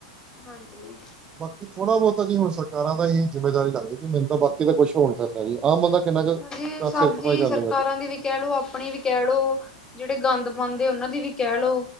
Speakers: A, on the left; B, on the right.
A: ਹਾਂਜੀ।
B: ਬਾਕੀ ਥੋੜਾ ਬੋਤਾ ਜੀ ਹੁਣ ਸਰਕਾਰਾਂ ਦਾ ਏਹੀ ਜਿੰਮੇਦਾਰੀ ਲੱਗਦੀ, ਵੀ ਮੈਨੂੰ ਤਾਂ ਬਾਕੀ ਤਾਂ ਕੁਛ ਹੋ ਨੀ ਸਕਕਦਾ ਜੀ, ਆਮ ਬੰਦਾ ਕਿੰਨਾ ਕੁ
A: ਹਾਂਜੀ,
B: ਕ
A: ਸਭ
B: ਸਿਰ ਖਪਾਈ
A: ਦੀ
B: ਕਰ
A: ਸਰਕਾਰਾਂ
B: ਲਊਗਾ ਜੀ
A: ਦੀ ਵੀ ਕੈ ਲੋ ਆਪਣੀ ਕੈ ਲੋ, ਜੇੜੇ ਗੰਦ ਪਾਉਂਦੇ ਓਨਾਂ ਦੀ ਵੀ ਕੈ ਲੋ